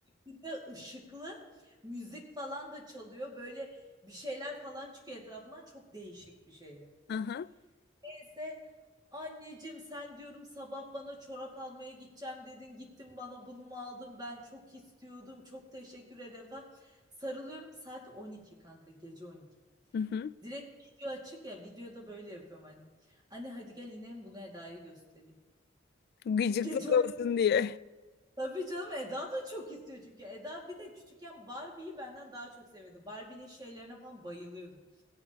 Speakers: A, on the right; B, on the left.
A: bir de ışıklı müzik falan da çalıyor. Böyle bir şeyler falan çıkıyor etrafından. Çok değişik bir şeydi.
B: Aha.
A: Neyse anneciğim sen diyorum sabah bana çorap almaya gideceğim dedin. Gittin bana bunu mu aldın? Ben çok istiyordum. Çok teşekkür ederim falan. Sarılıyorum saat 12 kanka gece 12.
B: Hı hı.
A: Direkt video açık ya videoda böyle yapıyorum annem. Anne hadi gel inelim bunu Eda'ya göstereyim.
B: Gıcıklık
A: <laughs> Gece
B: olsun diye.
A: Tabii canım Eda da çok istiyor çünkü. Eda bir de küçükken Barbie'yi benden daha çok seviyordu. Barbie'nin şeylerine falan bayılıyordu.